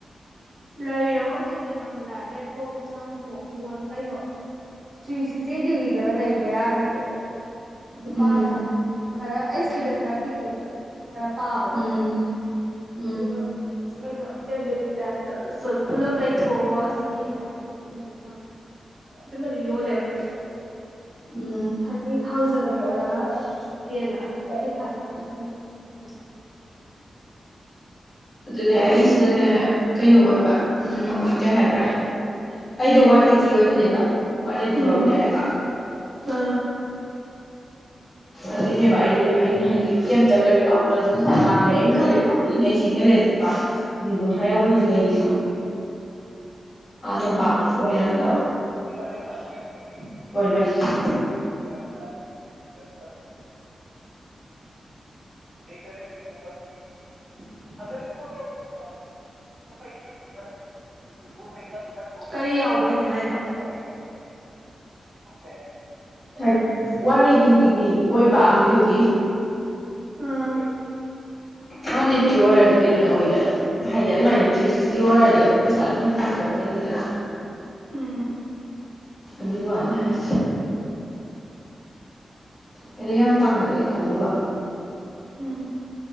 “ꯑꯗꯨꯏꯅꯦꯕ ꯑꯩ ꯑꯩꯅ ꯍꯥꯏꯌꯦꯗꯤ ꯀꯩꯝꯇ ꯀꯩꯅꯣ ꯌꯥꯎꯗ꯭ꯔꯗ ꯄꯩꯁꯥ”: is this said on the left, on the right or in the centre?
Left